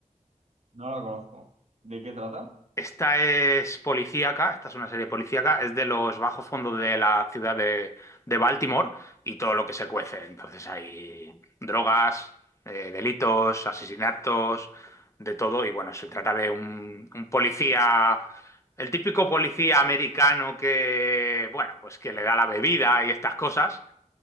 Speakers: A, on the right (about 55°); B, on the left (about 20°).
A: No la conozco. ¿De qué trata?
B: Esta es policíaca, esta es una serie policíaca, es de los bajos fondos de la ciudad de, de Baltimore y todo lo que se cuece. Entonces hay drogas, eh, delitos, asesinatos, de todo. Y bueno, se trata de un, un policía, el típico policía americano que, bueno, pues que le da la bebida y estas cosas.